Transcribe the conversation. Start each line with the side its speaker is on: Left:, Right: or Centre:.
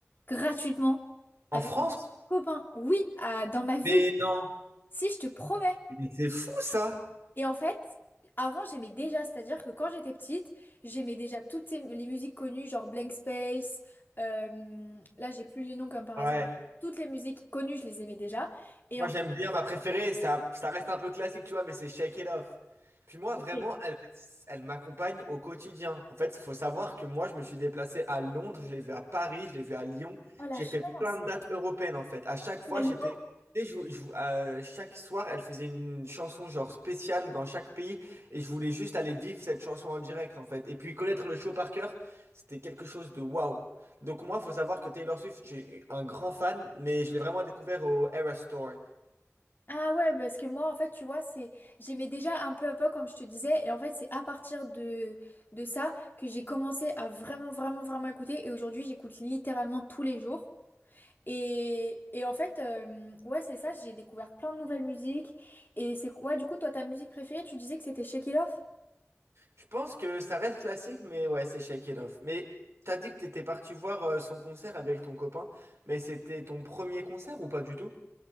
Left: gratuitement
Right: En
Left: avec
Right: France?
Left: mon copain. Oui, à- dans ma ville.
Right: Mais non.
Left: Si, je te promets.
Right: Mais C'est fou ça.
Left: Et en fait, avant, j'aimais déjà. C'est-à-dire que quand j'étais petite, j'aimais déjà toutes ces- les musiques connues, genre Blank Space. euh, là, j'ai plus les noms comme par
Right: Ouais.
Left: hasard. Toutes les musiques connues, je les aimais déjà. Et
Right: Moi,
Left: en
Right: j'aime bien ma préférée. Ça, ça reste un peu classique, tu vois, mais c'est Shake It Off. Puis moi,
Left: Ok.
Right: vraiment, elle, elle m'accompagne au quotidien. En fait, il faut savoir que moi, je me suis déplacé à Londres, je l'ai vu à Paris, je l'ai vu à Lyon.
Left: Oh la
Right: J'ai
Left: chance.
Right: fait plein de dates européennes, en fait. À chaque fois,
Left: À Lyon
Right: j'étais. Et je, je- euh, chaque soir, elle faisait une chanson genre spéciale dans chaque pays. Et je voulais juste aller vivre cette chanson en direct, en fait. Et puis connaître le show par cœur, c'était quelque chose de waouh. Donc moi, il faut savoir que Taylor Swift, j'ai un grand fan, mais je l'ai vraiment découvert au Eras Tour.
Left: Ah ouais, parce que moi, en fait, tu vois, c'est j'aimais déjà un peu à peu, comme je te disais. Et en fait, c'est à partir de, de ça que j'ai commencé à vraiment, vraiment, vraiment écouter. Et aujourd'hui, j'écoute littéralement tous les jours. Et, et en fait, euh, ouais, c'est ça, j'ai découvert plein de nouvelles musiques. Et c'est quoi, du coup, toi, ta musique préférée, tu disais que c'était Shake It Off?
Right: Je pense que ça reste classique, mais ouais, c'est Shake It Off. Mais t'as dit que t'étais parti voir euh, son concert avec ton copain, mais c'était ton premier concert ou pas du tout?